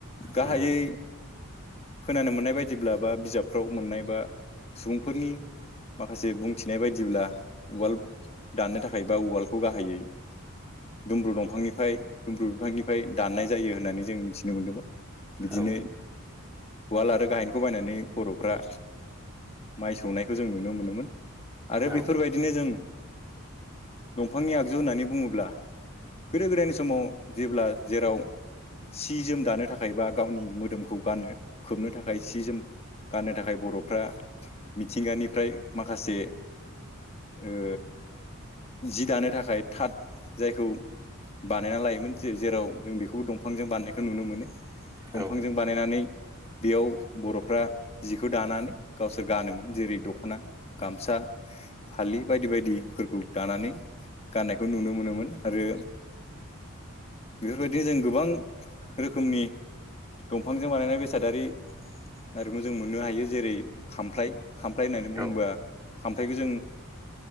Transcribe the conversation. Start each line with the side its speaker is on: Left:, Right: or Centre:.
Left: गाहायै
Right: नंगौ
Left: खोनानो मोननाय बायदिब्ला बा बिजाबफ्राव मोननाय बा सुबुंफोरनि माखासे बुंथिनाय बायदिब्ला उवाल दाननो थाखाय बा उवालखौ गाहायै दुमब्रु दंफांनिफ्राय दुमब्रु बिफांनिफ्राय दाननाय जायो होननानै जों मिथिनो मोनदोंमोन। बिदिनो
Right: औ
Left: उवाल आरो गाहेनखौ बायनानै बर'फ्रा माइ सौनायखौ जों नुनो मोनोमोन। आरो
Right: औ
Left: बेफोरबायदिनो जों दंफांनि आगजु होननानै बुङोब्ला गोदो गोदायनि समाव जेब्ला जेराव सि जोम दानो थाखाय बा गावनि मोदोमखौ गाननो खोबनो था खाय सि जोम गाननो थाखाय बर'फ्रा मिथिंगानिफ्राय माखासे ओ जि दानो थाखाय थाथ जायखौ बानायना लायोमोन जे-जेराव जों बेखौबो दं फांजों बानायनायखौ नुनो मोनो।
Right: औ
Left: दंफांजों बानायनानै बेयाव बर'फ्रा जिखौ दानानै गावसोर गानोमोन। जेरै दख'ना, गामसा, फालि बायदि बायदिफोरखौ दानानै गाननायखौ नुनो मोनोमोन आरो बेफोरबायदिनो जों गोबां रोखोमनि दंफांजों बानायनाय बेसादारि आरो जों मोननो हायो। जेरै खामफ्लाय, खामफ्लाय होननानै बुङोबा
Right: औ
Left: खामफायखौ जों